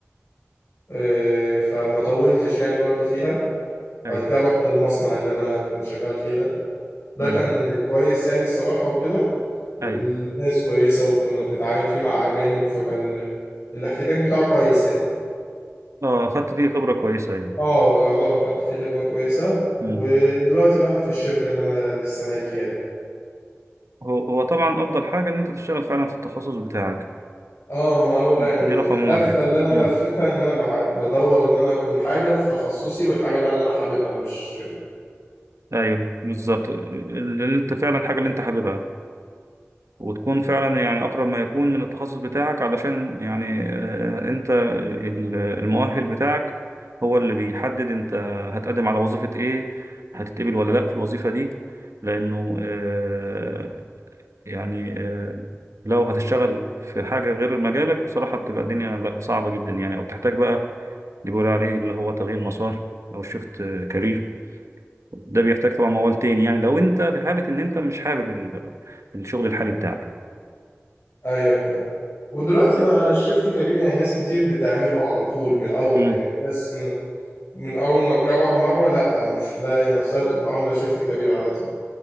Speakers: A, on the left; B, on the right.
A: آه، فما طولتش يعني برضه فيها
B: ايوه
A: بعد كده رحت المصنع اللي انا كنت شغال فيه ده ده
B: امم
A: كان كويس يعني الصراحة وكده والناس
B: ايوه
A: كويسة وكنا بنتعامل فيه مع أجانب فكان الاحتكاك بتاعه كويس يعني
B: اه اخدت فيه خبرة كويسة يعني
A: اه يعتبر خدت فيه خبرة كويسة ودلوقتي
B: مم.
A: بقى في الشركة اللي أنا لسه ناقل فيها دي
B: هو هو طبعا افضل حاجة ان انت تشتغل فعلا في التخصص بتاعك
A: اه ما هو يعني
B: دي
A: اللفة
B: رقم واحد
A: اللي أنا
B: مم.
A: لفتها إن أنا بح- بدور إن أنا أكون حاجة في تخصصي والحاجة بقى اللي أنا حاببها مش
B: ايوه بالظبط اللي انت فعلا الحاجه اللي انت حاببها وتكون فعلا يعني اقرب ما يكون من التخصص بتاعك علشان يعني آه، انت ال- المؤهل بتاعك هو اللي بيحدد انت هتقدم على وظيفه ايه هتتقبل ولا لا في الوظيفه دي لانه آه، يعني آه، لو هتشتغل في حاجة غير مجالك بصراحة بتبقى الدنيا لأ، صعبة جدا يعني أو بتحتاج بقى اللي بيقولوا عليه اللي هو تغيير مسار أو شيفت كارير ده بيحتاج طبعا موال تاني يعني لو أنت في حالة إن أنت مش حابب ال- الشغل الحالي بتاعك
A: أيوه فاهم ودلوقتي بقى الشيفت كبير يعني ناس كتير بتعمله على طول من الأول
B: امم
A: يعني في ناس من اول ما تجرب مره لا مش لاقيه نفسها تقوم عامله شيفت كارير على طول